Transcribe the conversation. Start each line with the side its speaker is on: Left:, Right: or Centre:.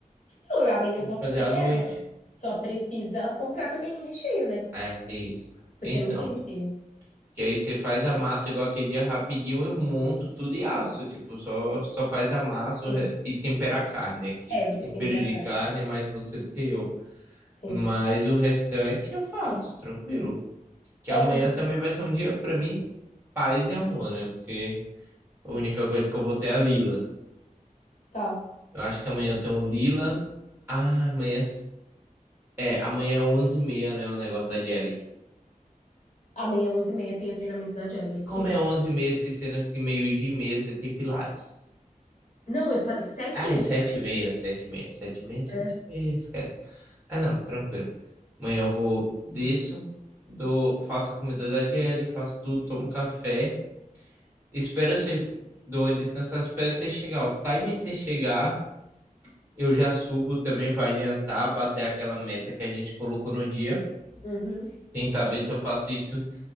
Left: Não, eu- amanhã
Right: A gente
Left: eu posso
Right: fazer
Left: fazer
Right: à noite.
Left: ela. Só precisa comprar também recheio, né?
Right: É, tem isso.
Left: Porque
Right: Então,
Left: não tem recheio.
Right: que aí você faz a massa igual aquele dia rapidinho, eu monto tudo e asso. Tipo, só, só faz a massa
Left: Sim.
Right: o re- e tempera a carne, né? Que
Left: É, eu vou ter
Right: tempero
Left: que temperar
Right: de
Left: a carne.
Right: carne é mais você do que eu.
Left: Sim.
Right: Mas o restante eu faço, tranquilo. Que
Left: É,
Right: amanhã
Left: não,
Right: também vai ser um dia pra mim, paz e amor, né? Porque a única coisa que eu vou ter é a Lila.
Left: tá.
Right: Eu acho que amanhã eu tenho Lila. Ah, amanhã. É, amanhã é onze e meia, né? O negócio da Jelly.
Left: Amanhã, 11h30, tem o treinamento da Jelly,
Right: E como
Left: sim.
Right: é onze e meia, se sendo que meio-dia e meia você tem Pilates?
Left: Não, eu falei sete
Right: Ah,
Left: e meia.
Right: é sete e meia, sete e meia, sete e meia, sete
Left: né?
Right: e meia. esquece. Ah, não, tranquilo. Amanhã eu vou, disso, dou, faço a comida da Jelly, faço tudo, tomo café. Espero você, dou uma descansada, espero você chegar. O time que você chegar, eu já subo também para adiantar, bater aquela meta que a gente colocou no dia.
Left: Uhum,
Right: Tentar ver se eu faço isso